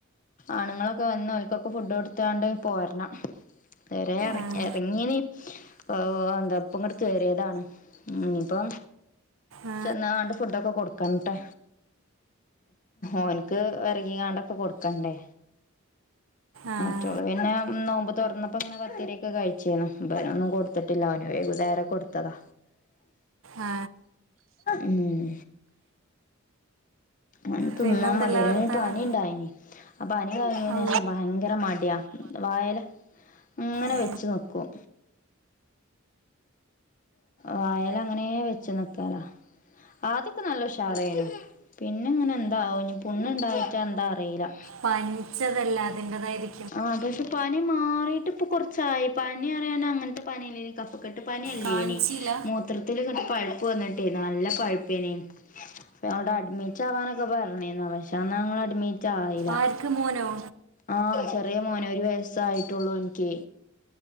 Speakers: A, on the left (about 40°); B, on the right (about 70°).
A: ആണ്ങ്ങളൊക്ക വന്ന് ഓൽകൊക്കെ ഫുഡ് കൊടുത്താണ്ട് പോര്ണം ത് വരേ എറി
B: ആം.
A: എറങ്ങീനി പ്പോ എന്താ പ്പങ്ങട്ട് കേറ്യേതാണ് ഇഞ്ഞിപ്പം
B: ആ,
A: ചെന്നാണ്ട് ഫുഡൊക്കെ കൊടുക്കൺട്ടെ ഓന്ക്ക് വെരകിങ്ങാണ്ടൊക്കെ കൊട്ക്കണ്ടേ
B: ആഹ്
A: റ്റോള് പിന്നെ നോമ്പ് തൊറന്നപ്പൊ ങ്ങനെ പത്തിരിയൊക്കെ കഴിച്ചേന്നു ഇബനൊന്നും കൊടുത്ത്ട്ടില്ല ഓന് വൈ ന്നേരം കൊടുത്തതാ
B: ആ,
A: ഉം. ഓന് തിന്നാൻ
B: പിന്നെന്തല്ല
A: മട്യാണ്
B: വർത്താനം
A: ഓന് പനിണ്ടായിനി. ആ പനി കഴിഞ്ഞേനേഷം
B: ഔ.
A: ഭയങ്കര മട്യാ. വായേല്, ങ്ങനെ
B: ഏ,
A: വെച്ച് നിക്കും. വായേലങ്ങനേ വെച്ച് നിക്കലാ ആദ്യൊക്കെ നല്ല ഉഷാറേനു. പിന്നെങ്ങനെ എന്താവോ ഞ്ഞി പുണ്ണ്ണ്ടായിറ്റാ എന്താ അറീലാ.
B: പൻച്ചതല്ലേ അതിന്റെതായിരി
A: ആഹ് പക്ഷെ പനി മാറീട്ട് പ്പൊ കൊറച്ചായി പനിയറിയാന് അങ്ങൻത്തെ പനി ഇല്ലേനി. കഫകെട്ട് പന്യല്ലേനി
B: കാണിച്ചില്ല
A: മൂത്രത്തില് ങ്ങട്ട് പഴുപ്പ് വന്നിട്ടേ നല്ല പഴുപ്പേനി. അപ്പ ഞങ്ളോട് അഡ്മിറ്റാവാനൊക്കെ പർഞ്ഞീന്നു. പക്ഷെ അന്നങ്ങള് അഡ്മി റ്റായിലാക
B: ആർക്ക് മോനോ
A: ആഹ് ചെറിയ മോന്. ഒരു വയസ്സായിട്ടൊള്ളു ഓൻക്കെ.